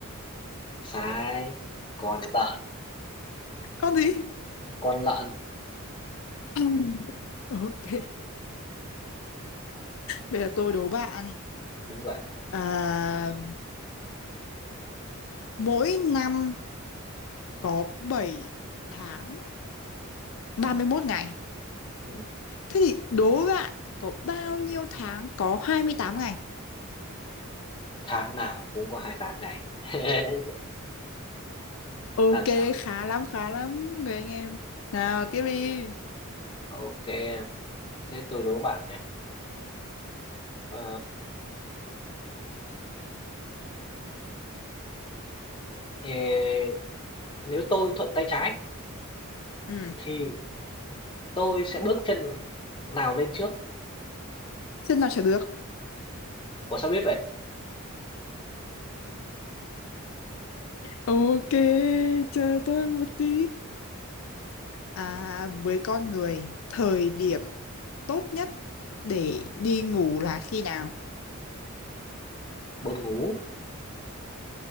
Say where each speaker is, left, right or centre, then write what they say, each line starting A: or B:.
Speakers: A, on the left; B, on the left.
A: Sai. Con lợn.
B: con gì? <laughs>
A: Con lợn.
B: Ừm, Ok, bây giờ tôi đố bạn.
A: Đúng vậy.
B: À, mỗi năm có bảy tháng 31 ngày.
A: Ừ.
B: Thế thì đố bạn có bao nhiêu tháng có 28 ngày?
A: Tháng nào cũng có 28 ngày. <laughs>
B: Ok,
A: Làm sao?
B: khá lắm, khá lắm, người anh em. Nào, tiếp đi.
A: Ok. Thế tôi đố bạn nhé. Ờ, ê, nếu tôi thuận tay trái
B: Ừ,
A: thì tôi sẽ bước chân nào lên trước?
B: xem nào trả được.
A: Ủa sao biết vậy?
B: Ok, chờ tôi một tí. À, với con người, thời điểm tốt nhất để đi ngủ là khi nào?
A: Buồn ngủ.